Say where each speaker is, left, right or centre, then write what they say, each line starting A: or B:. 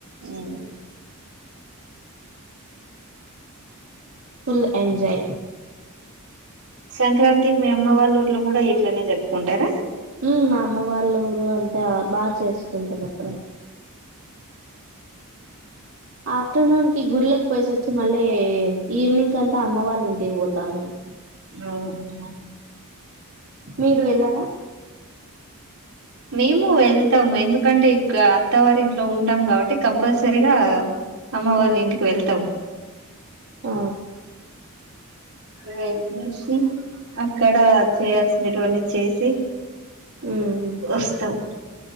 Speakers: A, on the right; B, on the right.
A: హ్మ్
B: ఫుల్ ఎంజాయ్
A: సంక్రాంతి మీ అమ్మ వాళ్ళ ఊర్లో కూడా ఇట్లనే జరుపుకుంటారా
B: హ్మ్ మా అమ్మ వాళ్ళు ఊరు అంతా బాగా చేసుకుంటారు అక్కడ ఆఫ్టేర్నూన్ కి గుళ్ళకి పోసి వచ్చి మళ్ళీ ఈవినింగ్ అంతా అమ్మ వాళ్ళ ఇంటికి పోతాం మేము
A: అవునా
B: మీరు వెళ్ళారా
A: మేము వెళ్తాము ఎందుకంటే ఇక అత్తవారి ఇంట్లో ఉంటాం కాబట్టి కంపల్సరిగా అమ్మ వాళ్ళు
B: ఉమ్
A: ఇంటికి వెళ్తాం
B: ఆ
A: వెల్లేసి అక్కడ చేయాల్సినేటివి చేసి
B: ఉమ్
A: వస్తాం